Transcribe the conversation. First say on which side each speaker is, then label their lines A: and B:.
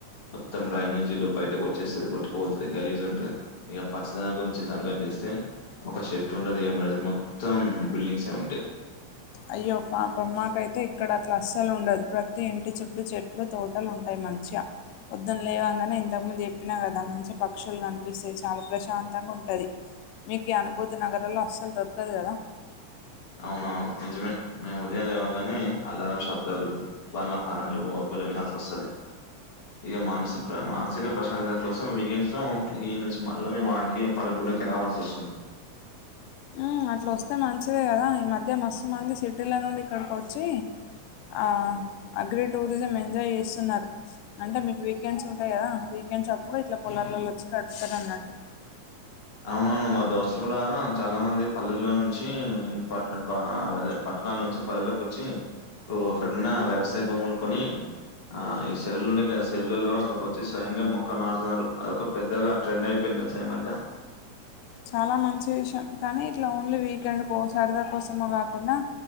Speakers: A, on the left; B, on the left.
A: మొత్తం డ్రైనేజీ లో బయటకు వచ్చేస్తుంది కొట్టుకుపోతుంది గలీజ్ ఉంటది ఇగ పచ్చదనం గురించి సంగతి తీస్తే ఒక షెట్ ఉండదు ఏముండదు మొత్తం బిల్డింగ్స్ ఏ ఉంటాయి
B: అయ్యో పాపం మాకైతే ఇక్కడ అట్లా అస్సలు ఉండదు ప్రతి ఇంటి చుట్టూ చెట్లు తో టలు ఉంటాయి మంచిగా పొద్దున్న లేవంగానే ఇంతకుముందు చెప్పినా కద మంచిగా పక్షులు కనిపిస్తాయ్ చాలా ప్రశాంతంగా ఉంటది మీకు ఈ అనుభూతి నగరంలో అస్సలు దొరకదు కదా
A: అవునవును నిజమే మేము ఉదయం లేవగానే అల్లారం శబ్దాలు బండ్ల హారన్లు ఒగులే వినాల్సి వస్తది ఇక మనసు ప్ర మానసిక ప్రశాంతత కోసం వీకెండ్లో ఈ నుంచి మళ్ళా మేము ఆడి కే పల్లెటూళ్ళకే రావల్సి వస్తది
B: మ్ అట్లా వస్తే మంచిదే కదా ఈ మధ్య మస్తు మంది సిటీల నుండి ఇక్కడికి వచ్చి ఆ అగ్రే టూరిజం ఎంజాయ్ చేస్తున్నారు అంటే మీకు వీకెండ్స్ ఉంటాయి కదా వీకెండ్స్ అప్పుడు ఇట్లా పొలాలలో వచ్చి గడుప్తారన్నట్టు
A: అవునవును మా దోస్తులు కూడా చాలా మంది పల్లెల్లో నుంచి ఈ పట్నం పా అదే పట్టణాల నుంచి పల్లెలో కొచ్చి ఒకడున్న వ్యవసాయ భూములు కొని ఆ ఈ చేలు ఉంటుంటే ఆ చేలల్లో అక్కడకొచ్చి స్వయంగా మొక్కలు నాటుతున్నారు అదొక పెద్దగా ట్రెండ్ అయిపోయింది తెలుస ఈ మధ్య
B: చాలా మంచి విషయం కానీ ఇట్లా ఓన్లీ వీకెండ్కో సరద కోసమో కాకుండా